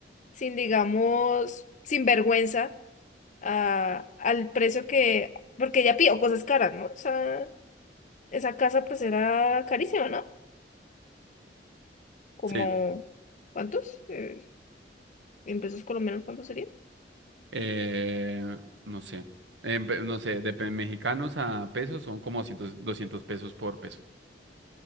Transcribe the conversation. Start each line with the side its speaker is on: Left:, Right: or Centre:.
Left: sin, digamos, sin vergüenza a- al precio que, porque ella pidió cosas caras, ¿no? O sea, esa casa pues era carísima, ¿no? Como,
Right: Sí,
Left: ¿cuántos? Eh, en pesos colombianos, ¿cuánto sería?
Right: eh, no sé. En pe- no sé, de pe- mexicanos a pesos son como 200 200 pesos por peso.